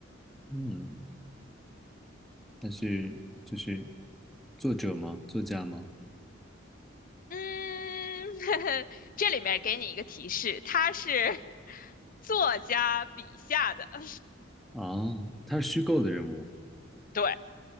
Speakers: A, in the centre; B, on the left.
A: 嗯，他是就是作者吗？作家吗？
B: 嗯，<laughs> 这里面给你一个提示，他是 <laughs> 作家笔下的，<laughs>
A: 哦，他是虚构的人物。
B: 对，